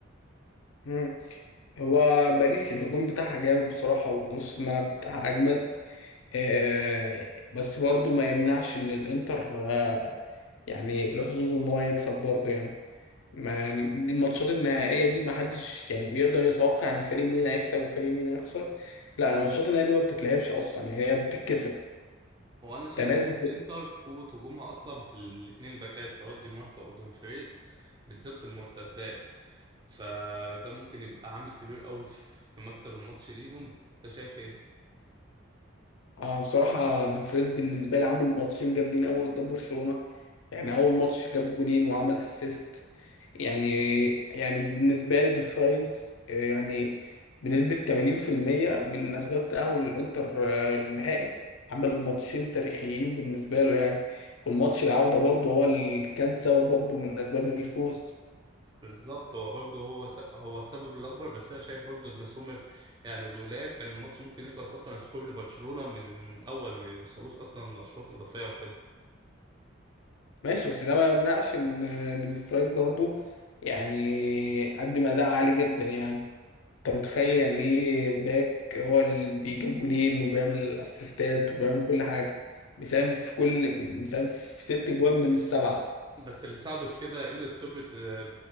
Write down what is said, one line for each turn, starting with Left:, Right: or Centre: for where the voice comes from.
Left: مم. هو باريس الهجوم بتاعها جامد بصراحة ونص الملعب بتاعها أجمد آه، بس برضو ما يمنعش ان الانتر آه، يعني له حظوظ ان هو يكسب برضو يعني ما دي الماتشات النهائية دي ما حدش يعني بيقدر يتوقع ان فريق مين هيكسب وفريق مين هيخسر لا الماتشات النهائية دي ما بتتلعبش اصلا يعني هي بتتكسب
Right: هو انا شايف
Left: تنازل
Right: ان الانتر قوه هجومها اصلا في الاثنين الباكات سواء دي ماركو او دومفريز بالذات في المرتدات فده ممكن يبقى عامل كبير قوي في مكسب الماتش ليهم انت شايف ايه
Left: انا بصراحه دومفريز بالنسبه لي عامل ماتشين جامدين قوي قدام برشلونه يعني اول ماتش جاب جونين وعمل اسيست يعني يعني بالنسبه لي دومفريز آه، يعني بنسبه 80% من اسباب تاهل الانتر آه، للنهائي عمل ماتشين تاريخيين بالنسبه له يعني والماتش العوده برضه هو اللي كان سبب برضه من اسباب الفوز
Right: بالظبط هو برضه هو س... هو السبب الاكبر بس انا شايف برضه ان سومر يعني لولا كان الماتش ممكن يخلص اصلا سكور لبرشلونه من اول ما يوصلوش اصلا لاشواط اضافيه وكده
Left: ماشي بس ده ما يمنعش ان آه، إن دومفريز برضه يعني قدم اداء عالي جدا يعني انت متخيل يعني ايه باك هو اللي بيجيب جونين وبيعمل اسيستات وبيعمل كل حاجه مساهم في كل مساهم في ست جوان من السبعه
Right: بس اللي ساعده في كده قلة خبرة آه،